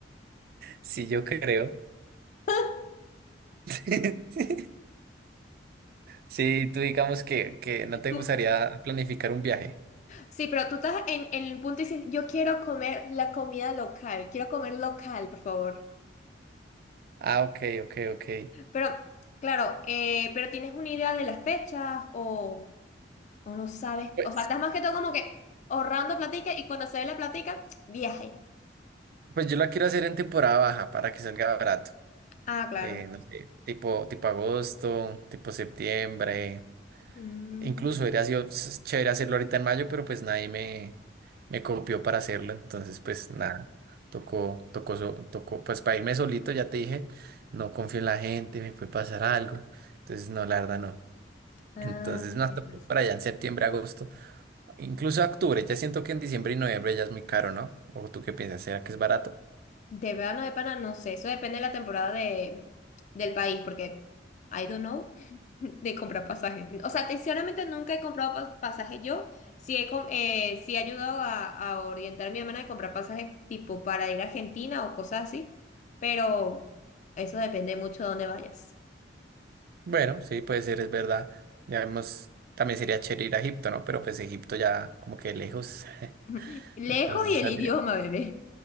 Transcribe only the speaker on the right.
Sí, yo creo.
<laughs> Sí, tú digamos que, que no te
gustaría planificar un viaje.
Ah, ok, ok, ok.
Pues,
pues yo la quiero hacer en temporada baja para que salga barato.
eh, no sé, tipo, tipo agosto, tipo septiembre.
Incluso hubiera sido s- chévere hacerlo ahorita en mayo, pero pues nadie me, me copió para hacerlo, entonces pues nada, tocó, tocó, so- tocó, pues para irme solito, ya te dije, no confío en la gente, me puede pasar algo, entonces no, la verdad no.
Entonces nos
tocó
para allá en septiembre, agosto, incluso octubre, ya siento que en diciembre y noviembre ya es muy caro, ¿no? ¿O tú qué piensas? ¿Será que es barato?
Bueno, sí, puede ser, es verdad. Ya vemos, también sería chévere ir a Egipto, ¿no? Pero pues Egipto ya como que lejos, <laughs>
entonces
saldría.